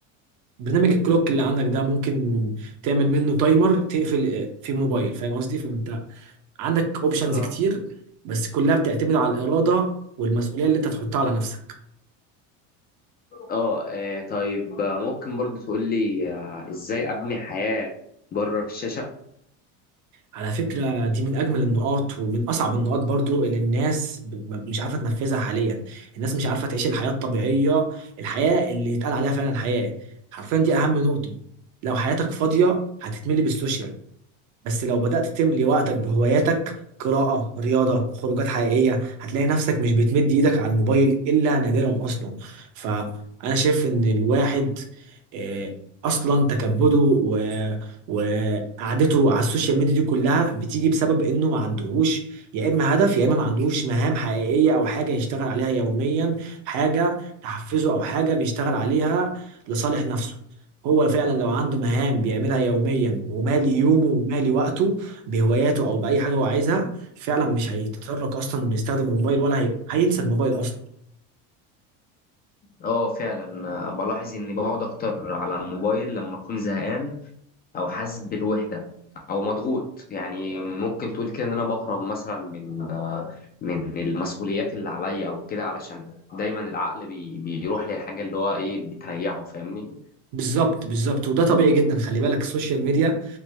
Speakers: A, on the right; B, on the left.
A: برنامج الكلوك اللي عندك ده ممكن تعمل منه تايمر تقفل في موبايل فاهم قصدي فانت عندك اوبشنز
B: اه
A: كتير بس كلها بتعتمد على الإرادة والمسؤولية اللي انت تحطها على نفسك
B: اه آه، طيب آه، ممكن برضو تقول لي آه، ازاي ابني حياة بره الشاشة
A: على فكرة دي من أجمل النقاط ومن أصعب النقاط برضو اللي الناس ب- ب- مش عارفة تنفذها حاليا الناس مش عارفة تعيش الحياة الطبيعية الحياة اللي يتقال عليها فعلا حياة حرفيا دي أهم نقطة لو حياتك فاضية هتتملي بالسوشيال بس لو بدأت تملي وقتك بهواياتك قراءة رياضة خروجات حقيقية هتلاقي نفسك مش بتمد ايدك على الموبايل إلا نادرا أصلا فأنا شايف إن الواحد آه، أصلا تكبده و... وقعدته على السوشيال ميديا دي كلها بتيجي بسبب إنه ما عندهوش يا إما هدف يا إما ما عندهوش مهام حقيقية أو حاجة يشتغل عليها يوميا حاجة تحفزه أو حاجة بيشتغل عليها لصالح نفسه هو فعلا لو عنده مهام بيعملها يوميا ومالي يومه ومالي وقته بهواياته او باي حاجه هو عايزها فعلا مش هيتطرق اصلا انه يستخدم الموبايل ولا هي... هينسى الموبايل اصلا
B: اه فعلا آه، بلاحظ اني بقعد اكتر على الموبايل لما اكون زهقان او حاسس بالوحده او مضغوط يعني ممكن تقول كده ان انا بهرب مثلا من آه، من المسؤوليات اللي عليا او كده علشان دايما العقل بي بيروح للحاجه اللي هو ايه بتريحه فاهمني
A: بالظبط بالظبط وده طبيعي جدا خلي بالك السوشيال ميديا